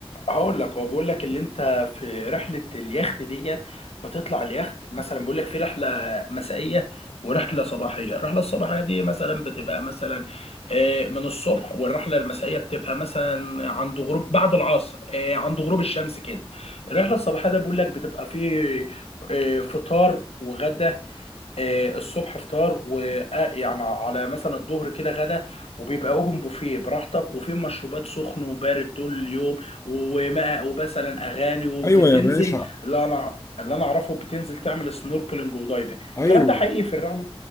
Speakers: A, on the left (about 80°); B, on the left (about 30°).
A: هقول لك هو بيقول لك اللي انت في رحلة اليخت ديت بتطلع اليخت مثلا بيقول لك في رحلة مسائية ورحلة صباحية الرحلة الصباحية دي مثلا بتبقى مثلا آه، من الصبح والرحلة المسائية بتبقى مثلا عند غروب بعد العصر آه، عند غروب الشمس كده الرحلة الصباحية ده بيقول لك بتبقى فيه آه، فطار وغدا آه، الصبح فطار ويعني على مثلا الظهر كده غدا وبيبقى اوبن بوفيه براحتك وفي مشروبات سخن وبارد طول اليوم وماء ومثلا اغاني وبتنزل
B: ايوه يا باشا
A: اللي انا اللي انا اعرفه بتنزل تعمل سنوركلينج ودايفنج
B: ايوه
A: الكلام ده حقيقي في الرحله